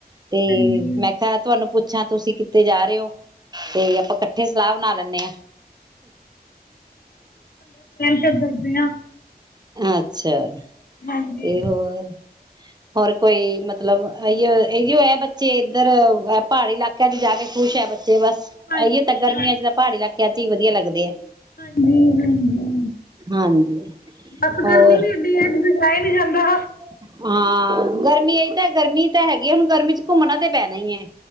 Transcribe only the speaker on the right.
ਤੇ
ਮੈਂ ਕਿਆ ਤੁਆਨੂੰ ਪੁੱਛਾਂ ਤੁਸੀ ਤੇ ਜਾ ਰੇ ਔ। ਤੇ ਆਪਾਂ ਕੱਠੇ ਸਲਾਹ ਬਣਾ ਲੈਣੇ ਆਂ।
ਅੱਛਾ।
ਤੇ ਹੋਰ ਹੋਰ ਕੋਈ ਮਤਲਬ ਅਈਔ ਏਈਔ ਐ ਬੱਚੇ ਇੱਧਰ ਵ ਪਾੜੀ ਇਲਾਕਿਆਂ ਚ ਜਾ ਕੇ ਖੁਸ਼ ਐ ਬੱ ਤੇ ਬਸ
ਐਈਔ ਤਾਂ ਗਰਮੀਆਂ ਚ ਤਾਂ ਪਾੜੀ ਇਲਾਕਿਆਂ ਚ ਈ ਵਧੀਆ ਲਗਦੇ ਐ।
ਹਾਂਜੀ
ਹੋਰ
ਹਾਂ ਗਰਮੀ, ਇਹੀ ਤਾਂ ਗਰਮੀ ਤਾਂ ਹੈਗੀ ਹੈ। ਹੁਣ ਗਰਮੀ ਚ ਘੁੰਮਣਾ ਤੇ ਪੈਣਾ ਹੀ ਹੈ